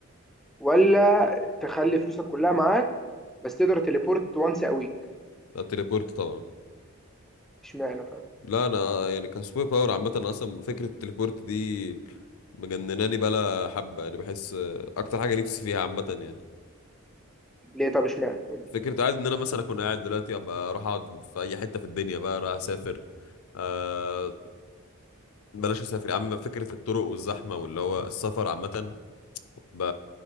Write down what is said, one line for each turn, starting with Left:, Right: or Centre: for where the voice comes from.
Centre: ولا تخلي فلوسك كلها معاك بس تقدر تليبورت وانس ا ويك
Left: التليبورت طبعا
Centre: اشمعنى طيب
Left: لا انا يعني كسوبر باور عامه أنا اصلا فكره التليبورت دي مجنناني بقى حبه يعني بحس اكتر حاجه نفسي فيها عامه يعني
Centre: ليه طب اشمعنى قول لي
Left: فكره عادي ان انا مثلا اكون قاعد دلوقتي ابقى اروح اقعد في اي حته في الدنيا بقى رايح اسافر آه بلاش اسافر يا عم فكره الطرق والزحمه واللي هو السفر عامه ب...